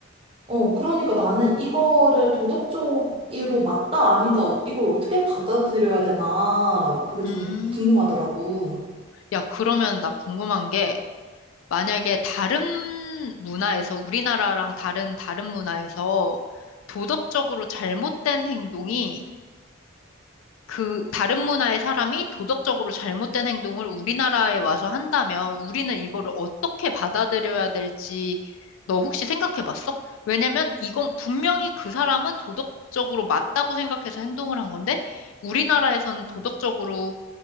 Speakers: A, on the right (about 25°); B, on the left (about 85°).
A: 어, 그러니까 나는 이거를 도덕적으로 맞다, 아니다, 어, 이걸 어떻게 받아들여야 되나, 그게
B: 음,
A: 좀 궁금하더라고.
B: 야, 그러면 나 궁금한 게, 만약에 다른 문화에서, 우리나라랑 다른, 다른 문화에서 도덕적으로 잘못된 행동이 그 다른 문화의 사람이 도덕적으로 잘못된 행동을 우리나라에 와서 한다면 우리는 이거를 어떻게 받아들여야 될지 너 혹시 생각해 봤어? 왜냐면 이건 분명히 그 사람은 도덕적으로 맞다고 생각해서 행동을 한 건데 우리나라에서는 도덕적으로